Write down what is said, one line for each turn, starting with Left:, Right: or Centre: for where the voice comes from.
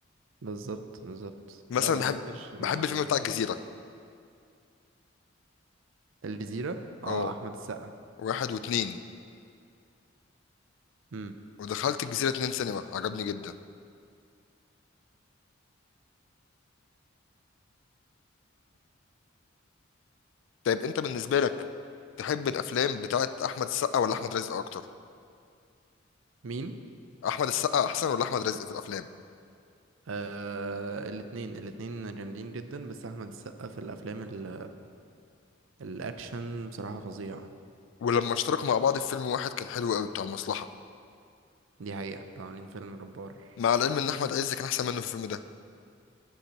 Right: بالظبط بالظبط
Left: مثلا
Right: لا هو الانجليش
Left: بحب
Right: ما
Left: بحب
Right: ما
Left: الفيلم
Right: ما
Left: بتاع الجزيره
Right: الجزيرة اه
Left: اه
Right: احمد السقا
Left: واحد واتنين
Right: امم
Left: ودخلت الجزيره اتنين سينما عجبني جدا طيب انت بالنسبه لك تحب الافلام بتاعت احمد السقا ولا احمد رزق اكتر
Right: مين
Left: احمد السقا احسن ولا احمد رزق في الافلام
Right: آه الاتنين الاتنين جامدين جدا بس احمد السقا في الافلام ال... الاكشن بصراحة فظيع
Left: ولما اشتركوا مع بعض في فيلم واحد كان حلو قوي بتاع المصلحه
Right: دي حقيقة كانوا عاملين فيلم جبار
Left: مع العلم ان احمد عز كان احسن منه في الفيلم ده